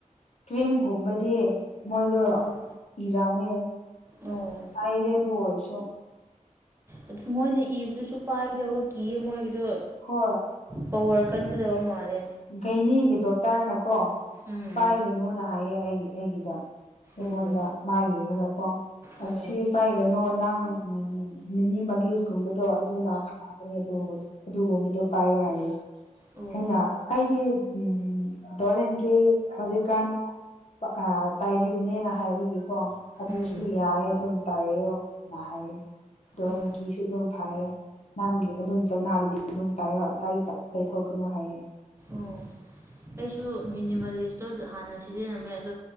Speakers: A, on the left; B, on the right.
A: ꯀ꯭ꯔꯤꯝꯒꯨꯝꯕ ꯗ‌ꯦ ꯃꯣꯏꯗ‌ꯣ
B: ꯎꯝ
A: ꯏꯔꯝꯃꯦ
B: ꯑꯣ
A: ꯍꯥꯏꯗꯦ ꯑꯗꯨ ꯑꯣꯏꯔꯁꯨ
B: ꯑꯗꯨ ꯃꯣꯏꯅ ꯏꯕꯗꯁꯨ ꯄꯥꯏꯒꯗꯕ ꯀꯤꯌꯦ ꯃꯣꯏꯒꯤꯗꯣ
A: ꯍꯣꯏ
B: ꯄꯋꯥ꯭ꯔ ꯀꯟꯒꯥꯗꯕ ꯃꯥꯜꯂꯦ
A: ꯘꯩꯅꯤꯒꯤ ꯗꯣꯛꯇ꯭ꯔꯅꯀꯣ
B: ꯎꯝ
A: ꯄꯥꯏꯒꯅꯨꯅ ꯍꯥꯏꯌꯦ ꯑꯩꯒꯤ ꯑꯩꯒꯤꯗ ꯑꯩꯉꯣꯟꯗ
B: ꯑꯣ
A: ꯃꯥ ꯌꯦꯡꯉꯒꯀꯣ
B: ꯑꯣ
A: ꯁꯤ ꯄꯥꯏ ꯀꯩꯅꯣ ꯅꯪ ꯃꯤꯅꯤꯃꯥꯂꯤꯁ ꯀꯨꯝꯕꯗꯣ ꯑꯗꯨꯅ ꯐꯥꯕꯅꯦ ꯑꯗꯨꯕꯨꯗꯤ ꯑꯗꯨꯒꯨꯝꯕꯗꯣ ꯄꯥꯏꯌ‌ꯦ ꯍꯥꯏꯌꯦ
B: ꯑꯣ
A: ꯑꯩꯅ ꯑꯩꯗꯤ ꯎꯝ ꯗꯣꯔꯦꯟꯒꯤ ꯍꯧꯖꯤꯛꯀꯥꯟ ꯑ ꯇꯥꯏꯔꯤꯕꯅꯦꯅ ꯍꯥꯏꯕꯒꯤꯀꯣ ꯑꯗꯨꯁꯨ
B: ꯎꯝ
A: ꯌꯥꯏꯑ‌ꯦ ꯑꯗꯨꯝ ꯇꯥꯏꯌ‌ꯣ ꯅꯥ ꯍꯥꯏꯌꯦ ꯗꯣꯔꯤꯟ
B: ꯑꯣ
A: ꯀꯤꯁꯨ ꯑꯗꯨꯝ ꯐꯥꯏꯌꯦ ꯅꯪꯒꯤ ꯑꯗꯨꯝ ꯆꯠꯅꯔꯗꯤ ꯑꯗꯨꯝ ꯇꯥꯏꯌꯣ ꯑ ꯑꯇꯇꯩꯊꯣꯛꯀꯅꯨ ꯍꯥꯏꯌꯦ
B: ꯎꯝ ꯑꯩꯁꯨ ꯃꯤꯅꯤꯃꯜꯂꯤꯁꯇ‌ꯣ ꯍꯥꯟꯅ ꯁꯤꯖꯤꯟꯅꯔꯝꯃꯦ ꯑꯗꯣ